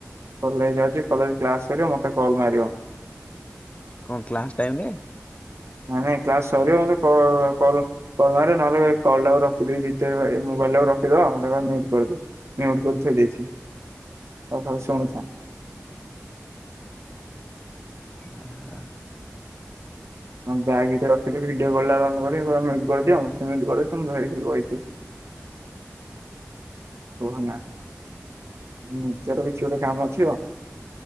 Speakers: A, on the right; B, on the left.
A: କଲେଜ ଯାଉଛି କଲେଜ କ୍ଲାସ କରିବ ମତେ କଲ୍ ମାରିବ।
B: କଣ କ୍ଲାସ ଟାଇମ ରେ?
A: ନାଇଁ-ନାଇଁ କ୍ଲାସ ସରିବ ମତେ କଅ କଲ-କଲ ମାରିବେ ନହେଲେ କଲ ଟା ରଖିଦେଇ ଭିତରେ ମା ମୋବାଇଲାକୁ ରଖିଦ ମତେ କହିବ ମିଉଟ-ମିଉଟ କରିକି ଥୋଇଦେଇଛି। ଆଉ ହଉ ଶୁଣୁଥା।
B: ଆହା
A: ହଁ ବ୍ୟାଗ୍ ଭିତରେ ରଖି ଭିଡିଓ କଲ୍ଟା ଅନ୍ କରିକି କହିବ ମ୍ୟୁଟ୍ କରିଦିଅ ମୋତେ ମ୍ୟୁଟ୍ କରିଦେଇ ତମେ ଧରିକି ଖାଲି ବଇଥାଅ। କୁହନା ନିଜର କିଛି ଗୋଟେ କାମ ଅଛି।